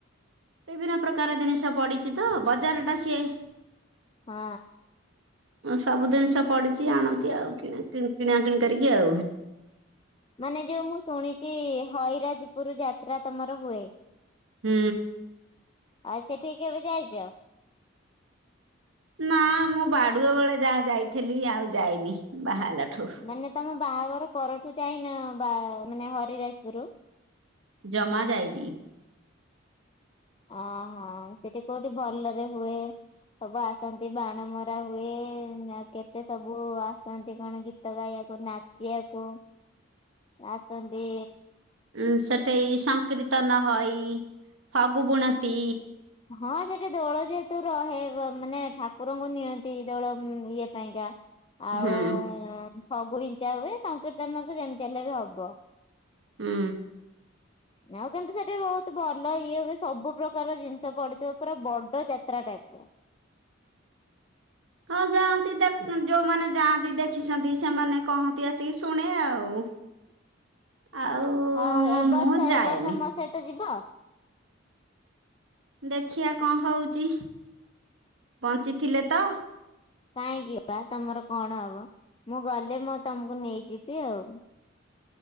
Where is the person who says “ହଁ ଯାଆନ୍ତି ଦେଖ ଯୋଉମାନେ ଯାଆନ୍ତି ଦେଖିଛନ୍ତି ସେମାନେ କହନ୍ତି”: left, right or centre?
Right